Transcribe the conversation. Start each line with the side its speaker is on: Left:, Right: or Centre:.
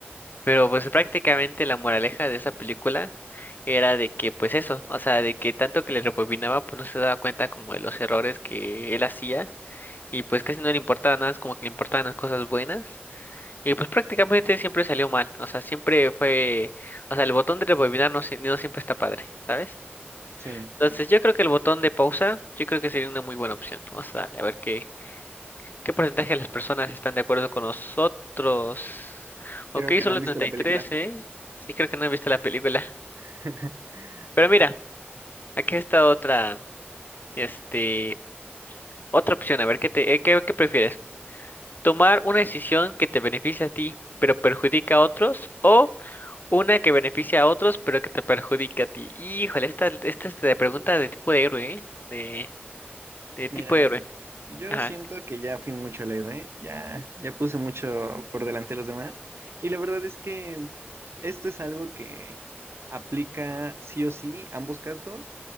Left: Pero pues prácticamente la moraleja de esa película era de que pues eso, o sea, de que tanto que le rebobinaba pues no se daba cuenta como de los errores que él hacía y pues casi no le importaba nada, es como que le importaban las cosas buenas y pues prácticamente siempre salió mal, o sea, siempre fue, o sea, el botón de rebobinar no, sie- no siempre está padre, ¿sabes?
Right: Sí,
Left: Entonces yo creo que el botón de pausa, yo creo que sería una muy buena opción, vamos a darle a ver qué. ¿Qué porcentaje de las personas están de acuerdo con nosotros?
Right: creo
Left: Ok,
Right: que
Left: solo
Right: no han visto
Left: 33,
Right: la película.
Left: ¿eh? Sí, creo que no he visto la película.
Right: <laughs>
Left: Pero mira, aquí está otra, este, otra opción. A ver, ¿qué te, eh, qué, qué prefieres? ¿Tomar una decisión que te beneficie a ti, pero perjudica a otros? ¿O una que beneficia a otros, pero que te perjudica a ti? Híjole, esta, esta es de pregunta de tipo de héroe, ¿eh? De, de
Right: Mira,
Left: tipo de héroe.
Right: yo
Left: Ajá.
Right: siento que ya fui mucho al héroe, ya, ya puse mucho por delante de los demás. Y la verdad es que esto es algo que aplica sí o sí ambos casos,